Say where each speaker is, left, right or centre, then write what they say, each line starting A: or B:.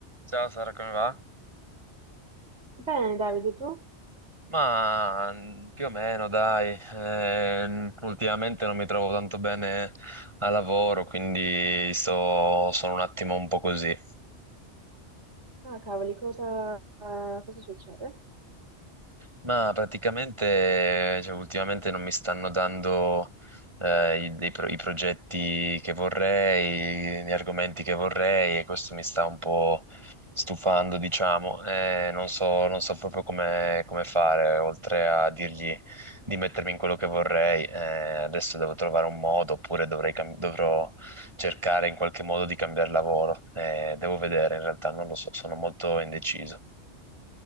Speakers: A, on the right (about 25°); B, on the right (about 90°).
A: Ciao Sara, come va?
B: Bene, Davide, tu?
A: Ma mm, più o meno, dai. Eh, ultimamente non mi trovo tanto bene al lavoro, quindi sto- sono un attimo un po' così.
B: Ah, cavoli, cosa, eh, cosa succede?
A: Ma praticamente, cioè, ultimamente non mi stanno dando eh, i, dei pro- i progetti che vorrei, gli argomenti che vorrei e questo mi sta un po' stufando, diciamo. Eh, non so, non so proprio come, come fare, oltre a dirgli di mettermi in quello che vorrei. eh, adesso devo trovare un modo, oppure dovrei cam- dovrò cercare in qualche modo di cambiare lavoro. Eh, devo vedere, in realtà non lo so, sono molto indeciso.